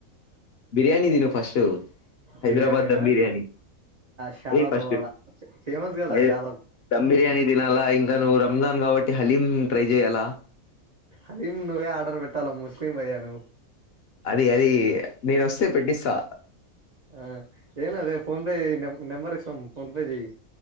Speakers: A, on the left (about 60°); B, on the right (about 80°).
A: బిర్యానీ దిన ఫస్ట్ హైదరాబాద్
B: బిర్యానిన
A: దమ్ బిర్యానీ
B: శాలాబ్వాలా
A: ఏయ్ ఫస్ట్
B: ఫేమస్ కదా
A: హై
B: శాలా
A: దమ్ బిర్యానీ తినాలా ఇంకా నువ్వు రంజాన్ కాబట్టి హలీం ట్రై చెయ్యాలా
B: అదిం నువ్వే ఆర్డర్ పెట్టాలా ముస్లిం అయ్యా నువవు
A: అది అది నేను వస్తే పెట్టిస్తా
B: ఆ ఏన అదే ఫోన్ పే న నెంబర్ ఇస్తం ఫోన్ పే చేయ్